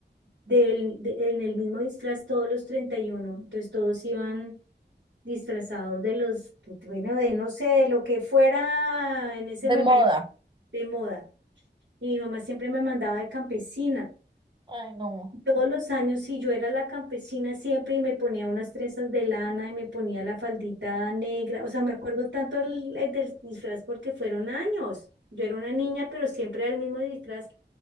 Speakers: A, on the right (about 75°); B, on the right (about 25°).
A: del, de- en el mismo disfraz todos los 31. Entonces todos iban disfrazados de los, bueno, de no sé, de lo que fuera en ese
B: de
A: momento
B: moda.
A: de moda. Y mi mamá siempre me mandaba de campesina.
B: Ay, no.
A: Todos los años, sí, yo era la campesina siempre y me ponía unas trenzas de lana y me ponía la faldita negra. O sea, me acuerdo tanto el- el del disfraz porque fueron años. Yo era una niña, pero siempre era el mismo disfraz